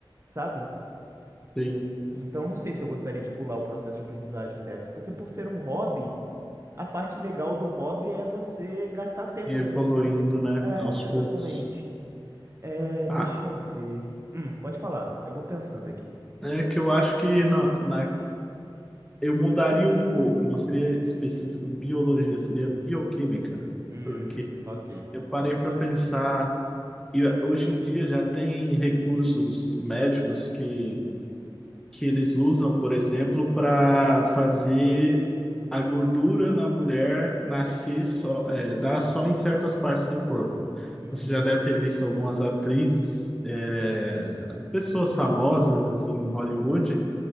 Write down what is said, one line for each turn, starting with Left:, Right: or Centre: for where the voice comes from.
Right: sabe?
Centre: sim.
Right: Então não sei se eu gostaria de pular o processo de aprendizagem dessa, porque por ser um hobby, a parte legal do hobby é você gastar tempo
Centre: E evoluindo,
Right: nele, né?
Centre: né,
Right: É,
Centre: aos
Right: exatamente.
Centre: poucos.
Right: É,
Centre: Ah,
Right: deixa eu ver. Hum, pode falar, eu vou pensando aqui.
Centre: é que eu acho que na, na- eu mudaria um pouco, não seria específico biologia, seria bioquímica,
Right: Hum,
Centre: porque
Right: ok.
Centre: eu parei para pensar. E hoje em dia já tem recursos médicos que que eles usam, por exemplo, para fazer a gordura na mulher nascer só, é, dar só em certas partes do corpo.
Right: Hum,
Centre: Você já deve ter visto algumas atrizes, é, pessoas famosas em Hollywood